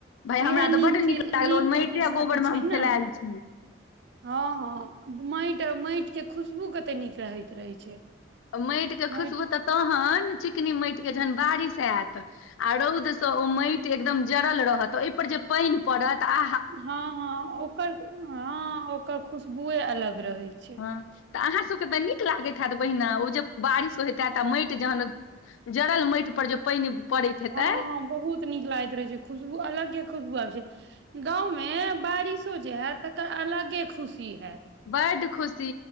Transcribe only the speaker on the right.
इएह
चीज
अथी से
अथी छै
ने
हँ हँ माटि माटि के खुशबू कते नीक रहै रहै छै
माटि
हँ हँ ओकर हँ ओकर खुशबुए अलग रहय छै
हँ हँ बहुत नीक लागै रहे छै खुशबू अलग के खुशबू आबै छै गाँंवं बारिशो जे हैत तकर अलगे खुशी हयत